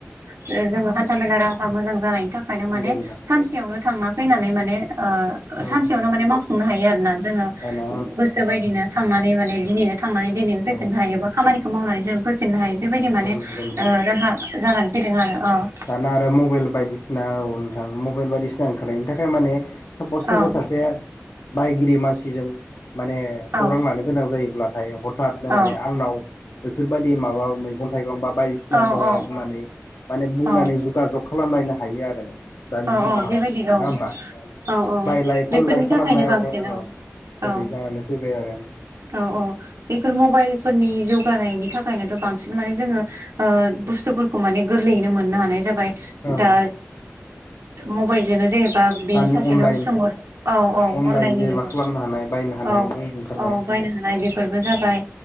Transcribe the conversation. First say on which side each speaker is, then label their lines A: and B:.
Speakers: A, on the right; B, on the left.
A: जोङो हान्थामेला राहा मोजां जानायनि थाखायनो माने
B: नोंथां
A: सानसेयावनो थांना फैनानै माने ओ
B: औ
A: सानसेयावनो माने मावफुंनो हायो आरो ना जोङो
B: दाना
A: गोसो बायदिनो थांनानै माने दिनैनो थांनानै दिनैनो
B: औ
A: फैफिननो हायो बा खामानिखौ मावनानै जों फैफिननो हायो। बेबायदि
B: औ
A: माने
B: नंगौ नोंथां
A: ओ राहा जानानै फैदों आरो ओ
B: दाना आरो मबाइल बायदिसिना औ नोंथां मबाइल बायदिसिना ओंखारनि थाखाय माने सापस सोरबा
A: औ
B: सासे बायगिरि मानसिजों माने खौरां
A: औ
B: लानो गोनां जायोब्लाथाय हथादनो
A: औ
B: माने आंनाव बेफोरबायदि माबा मैगं थाइगं बा बाय बायदिसिना
A: औ
B: दङ
A: औ
B: होननानै माने बुंनानै
A: औ
B: जगाजग खालामलायनो हायो आरो दानि
A: औ
B: दिनाव
A: औ बेबायदि
B: नङा
A: औ
B: होमबा
A: औ औ
B: बायलाय
A: बेफोरनि
B: फानलाय खालामनायावबो
A: थाखायनो बांसिन
B: औ गोरलै
A: औ
B: जानानै फैबाय आरो
A: औ औ बेफोर मबाइलफोरनि जौगानायनि थाखायनोथ' बांसिन माने जोङो बुस्थुफोरखौ माने गोरलैयैनो मोननो हानाय जाबाय
B: औ
A: दा मबाइल जोनो जेनेबा बे
B: दानि
A: सासेनाव
B: अनलाइन
A: सोंहरो औ औ
B: अनलाइन
A: अनलाइननि
B: जेनेबा
A: जुगाव
B: खालामनो हानाय बायनो हानाय
A: औ
B: मुं ओंखारबाय
A: औ बायनो हानाय बेफोरबो जाबाय